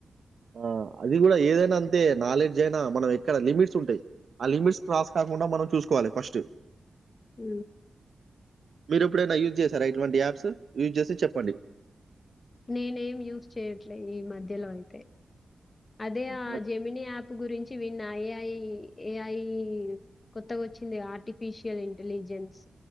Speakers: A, on the right; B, on the left.
A: ఆ అది కూడా ఏదైనా అంతే నాలెడ్జ్ అయినా మనం ఇక్కడ లిమిట్స్ ఉంటాయి ఆ లిమిట్స్ క్రాస్ కాకుండా మనం చూసుకోవాలి ఫస్ట్
B: ఉ
A: మీరు ఎప్పుడైనా యూజ్ చేశారా ఇటువంటి యాప్స్ యూజ్ చేసి చెప్పండి
B: నేనేం యూస్ చేయట్లేదు ఈ మధ్యలో అయితే అదే ఆ
A: మ
B: జెమిని యాప్ గురించి విన్న ఏఐ ఏఐ కొత్తగా వచ్చింది ఆర్టిఫిషియల్ ఇంటెలి జెంస్